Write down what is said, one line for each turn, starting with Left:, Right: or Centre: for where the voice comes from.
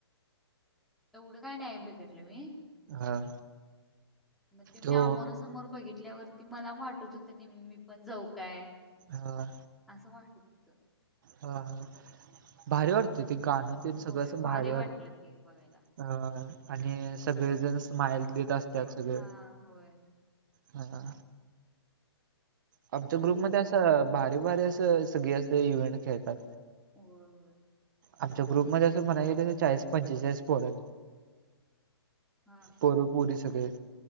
Centre: एवढं काय नाय बेघटलं मी
Right: हा
Centre: म ते
Right: तो
Centre: मी आमोरा स समोर बघितल्यावरती मला वाटत होतं ने मी पण जाऊ काय?
Right: हा
Centre: असं वाटत होतं.
Right: हा हा भारी वाटतय ते गाणं तेनं
Centre: होय
Right: सगळं असं भारी
Centre: वाटलं
Right: वाटतय.
Centre: ते बघायला
Right: हं आणि सगळेजण स्माइल देत असत्यात सगळ
Centre: हा होय
Right: हा आमच्या
Centre: ती
Right: ग्रुपमध्ये
Centre: देवली
Right: असं... भारी भारी असं... सगळी असं इव्हेंट खेळतात
Centre: होय होय
Right: आमच्या ग्रुपमध्ये... असं म्हणायला गेलं कि... चाळीस पंचेचाळीस पोरं हेत
Centre: हां
Right: पोरं पोरी सगळी हेत